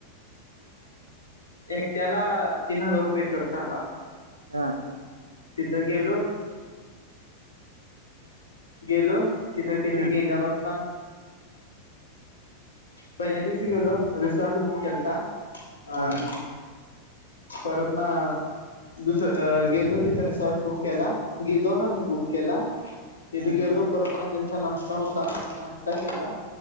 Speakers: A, on the left; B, on the right.
A: एकट्याला तीन हजार रुपये खर्च आला.
B: हा
A: तिथं गेलो गेलो तिथे तिथे
B: हम्म
A: गेल्यावर पहिल्या दिवशी गेलो रिसॉर्ट बुक केलता. आणि
B: हा
A: परतन दुसर गेलो ति त्याने शॉर्ट बुक केला तीथ जाऊन आम्ही बुक केला. तथे
B: हम्म
A: गेलो परत म त्यांचा नाश्ता होता नाश्ता केला